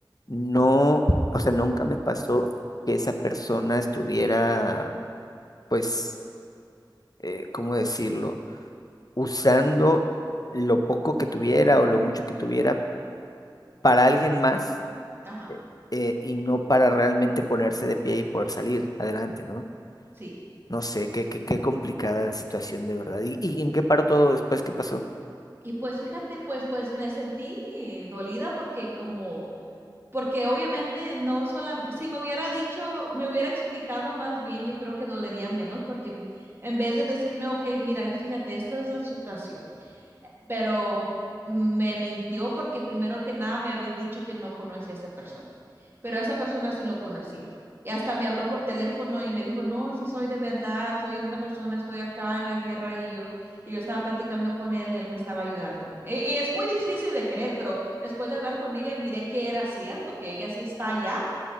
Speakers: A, on the left; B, on the right.
A: no, o sea, nunca me pasó que esa persona estuviera, pues, eh, ¿cómo decirlo? Usando lo poco que tuviera o lo mucho que tuviera para alguien más
B: ajá,
A: eh, y no para realmente ponerse de pie y poder salir adelante, ¿no?
B: sí.
A: No sé, qué, qué, qué complicada la situación de verdad. ¿Y, y en qué paró todo después? ¿Qué pasó?
B: Y pues fíjate, pues, pues me sentí dolida porque como porque obviamente no solamente, si me hubiera dicho, me hubiera explicado más bien, yo creo que dolería menos, porque en vez de decirme, ok, mira, fíjate, esta es la situación pero me mintió porque primero que nada me había dicho que no conocía a esa persona, pero a esa persona sí lo conocía. Y hasta me habló por teléfono y me dijo, no, sí soy de verdad, soy una persona, estoy acá en la guerra y yo, y yo estaba platicando con él y él me estaba ayudando. E- Y, es muy difícil de creer, pero después de hablar con ella miré que era cierto, que ella sí está allá